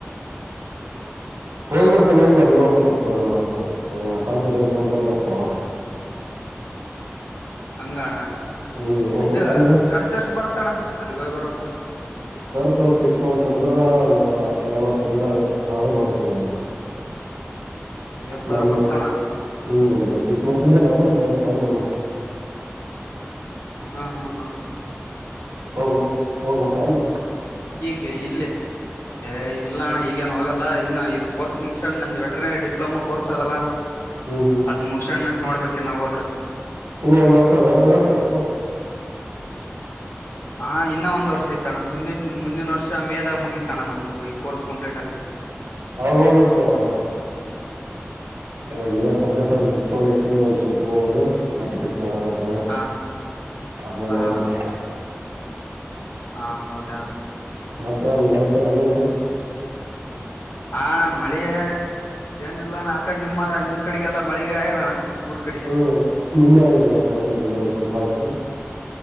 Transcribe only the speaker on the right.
ಹೋಗ್ ಬರ್ತನೆ ನ
ಹೋಗ್ ಬಾ ನೀ ಒಂದ್ ಸ್ವಲ್ಪ ಸ್ವಲ್ಪ ಕಂಪಿಟೇಟಿವ್ಕ್ಸಾಮ್ಓದಲತ್ತ ಅವಾಗ
ಹ್ಮ್ ಹೋಗ್ಬೇಕನ್
ಖರ್ಚು ಒಂದ್ ಸಿಕ್ಸ್ ಮಂತ್ ಹಡಿದ್ರ ಒಂದು ನಲ್ವತ್ತರಿಂದ ಐವತ್ತು ಸಾವಿರ ಬರ್ತಿರ್ಬೋದು ನವು
ನಮ್ದು
ಹ್ಮ್ ಒಮ್ದ ಸಿಕ್ಸ್ ಮಂತ್ ಇದ್ದೆ ನಾನು ಒಂದು ಐವತ್ತು ಸಾವಿರ ಬಂದು
ಹೋಗ್ಬೇಕ ಹೋಗ್ಬೇಕಲ್
ಹ್ಮ್ ಹ್ಮ್
ಇನ್ನು ಒಂದ ವರ್ಷ ಅದ ಎರಡ್ ವರ್ಷ ಅದದು ರ್ಸು
ಆಲತ್ತು ಅವಾಗ ಇವಲ್ಲ ಸಬ್ಜೆಕ್ಟ್ ಬುಕ್ ತ ಒಂದ ಸ್ವಲ್ಪ ಒಂದು ನಟಿಫಿಕೇಶನ್ ಆಗೆ
ಆಮೇಲೆ
ಅವಲತ್
ಮತ್ತೆಂದ ಮಳೆ ಪಳಿ ಆಗ್ಯದಲ್ಲ
ಹ್ಮ್ ನಿನ್ನೆ ಆಗಾದ ಇವತ್ತಾಗಿಲ್ಲ ನಿನ್ನೆ ಒಂದ್ ಸ್ವಲ್ಪ ಆಗುತ್ತತ್ತು